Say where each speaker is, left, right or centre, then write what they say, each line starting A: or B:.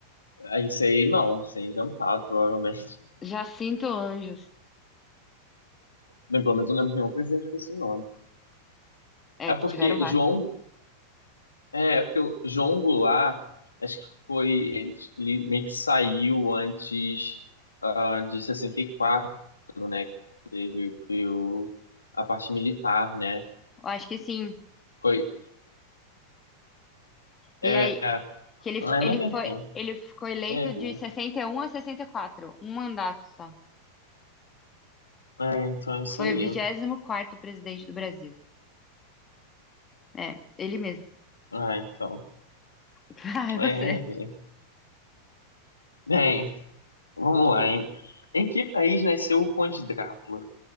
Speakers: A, on the left; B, on the left.
A: é, isso aí não, isso aí é inventado, provavelmente.
B: Jacinto Anjos.
A: Bem, pelo menos eu não lembro de nenhum presidente com esse nome.
B: É,
A: É
B: que
A: porque
B: tiveram vários.
A: João É, é porque o João Goulart, acho que foi, ele, ele meio que saiu antes ah, de 64, né? Que o, a parte militar, né?
B: Eu acho que sim.
A: Foi. É,
B: E aí,
A: é,
B: que ele,
A: mas
B: f- ele
A: enfim.
B: foi, ele ficou eleito
A: É, né?
B: de 61 a 64, um mandato só.
A: é, então é isso
B: Foi
A: aí.
B: o vigésimo quarto presidente do Brasil. É, ele mesmo.
A: Ah, então.
B: <laughs> Ai, você.
A: É, é, é. Bem, vamos lá, hein? Em que país nasceu o Conde Drácula?